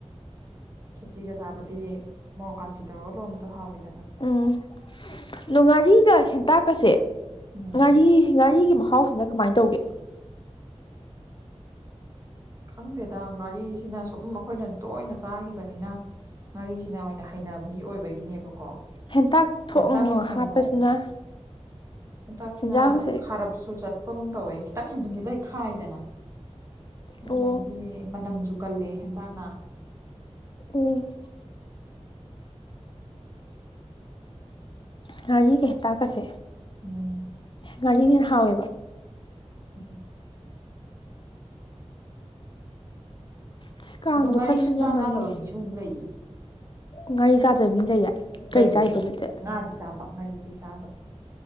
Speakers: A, on the right (about 25°); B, on the left (about 45°).
A: ꯈꯦꯆꯤꯒ ꯆꯥꯕꯗꯤ ꯃꯣꯔꯣꯛ ꯀꯥꯟꯆꯤ ꯇꯧꯔꯒ ꯂꯣꯟꯕꯗꯣ ꯍꯥꯎꯏꯗꯅ
B: ꯎꯝ ꯑꯗꯣ ꯉꯥꯔꯤꯒ ꯍꯦꯟꯇꯥꯛꯀꯁꯦ
A: ꯎꯝ
B: ꯉꯥꯔꯤ ꯉꯥꯔꯤꯒꯤ ꯃ ꯍꯥꯎꯁꯤꯅ ꯀꯃꯥꯏ ꯇꯧꯒꯦ
A: ꯈꯪꯗꯦꯗ ꯉꯥꯔꯤꯁꯤꯅ ꯁꯨꯝ ꯑꯈꯣꯏꯅ ꯇꯣꯏꯅ ꯆꯥꯈꯤꯕꯅꯤꯅ ꯉꯥꯔꯤꯁꯤꯅ ꯑꯣꯏꯅ ꯍꯩꯅꯕꯤ ꯑꯣꯏꯕꯒꯤꯅꯦꯕ ꯀꯣ
B: ꯍꯦꯟꯇꯥꯛ ꯊꯣꯛ
A: ꯍꯦꯟꯇꯥꯛꯁꯤꯅ
B: ꯍꯥꯞꯄꯁꯤꯅ
A: ꯑꯃꯨꯛ ꯍꯦꯟꯇꯥꯛꯁꯤꯅ
B: ꯍꯦꯟꯖꯥꯡꯁꯦ
A: ꯈꯥꯔꯞꯁꯨ ꯆꯠꯄꯒꯨꯝ ꯇꯧꯋꯦ ꯈꯤꯇꯪ ꯍꯦꯟꯖꯤꯟꯈꯤꯕꯗ ꯍꯦꯛ ꯈꯥꯏꯗꯅ
B: ꯑꯣ
A: ꯑꯗꯒꯤ ꯃꯅꯝꯁꯨ ꯀꯜꯂꯦ ꯍꯦꯟꯇꯥꯛꯅ
B: ꯑꯣ ꯉꯥꯔꯤꯒ ꯍꯦꯟ ꯇꯥꯛꯀꯁꯦ
A: ꯎꯝ
B: ꯉꯥꯔꯤꯅ ꯍꯦꯟꯅ ꯍꯥꯎꯋꯦꯕ
A: ꯎꯝ
B: ꯑꯁ ꯀꯥꯡꯗꯣ
A: ꯑꯗꯣ ꯉꯥꯔꯤ
B: ꯈꯔ ꯊꯨꯅ
A: ꯁꯨꯡꯆꯥ
B: ꯌꯧꯍꯟꯅꯤꯡꯉꯤ
A: ꯆꯥꯗꯕ ꯃꯤꯁꯨ ꯑꯃꯨꯛ ꯂꯩꯌꯦ
B: ꯉꯥꯔꯤ ꯆꯥꯗꯕ ꯃꯤ ꯂꯩꯌꯦ ꯀꯩ
A: ꯂꯩꯌꯦ
B: ꯆꯥꯏꯕꯗꯨꯗꯤ
A: ꯉꯥꯗꯤ ꯆꯥꯕ ꯉꯥꯔꯤꯗꯤ ꯆꯥꯗꯕ